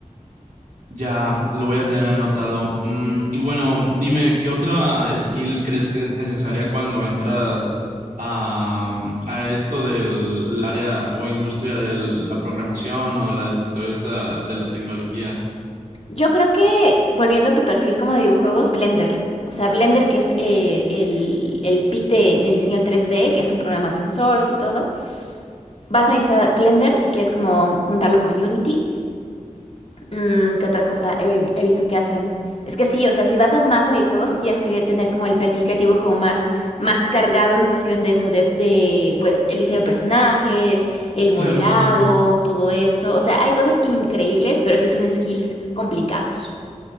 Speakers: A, on the right; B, on the left.
A: Ya, lo voy a tener anotado. Mm, y bueno, dime, ¿qué otra skill crees que es necesaria cuando entras a, a esto del área o industria de la programación o la de toda esta de la tecnología?
B: Yo creo que, volviendo a tu perfil como de videojuegos, Blender. O sea, Blender, que es eh, el, el pic de- del diseño tres d que es un programa open source y todo. Vas a necesitar Blender si quieres como juntarlo con Unity. Mm, ¿qué otra cosa he, he visto que hacen? Es que sí, o sea, si vas a más a videojuegos, sí tienes que tener como el perfil creativo como más, más cargado en cuestión de eso, de, de pues el diseño de personajes, el modelado,
A: Claro,
B: todo eso. O sea, hay cosas increíbles, pero sí son skills complicados.